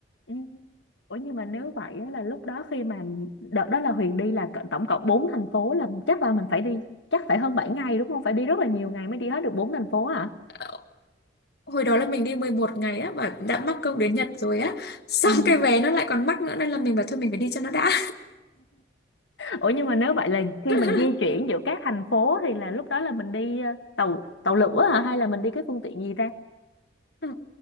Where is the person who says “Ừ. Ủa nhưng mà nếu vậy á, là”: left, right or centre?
Left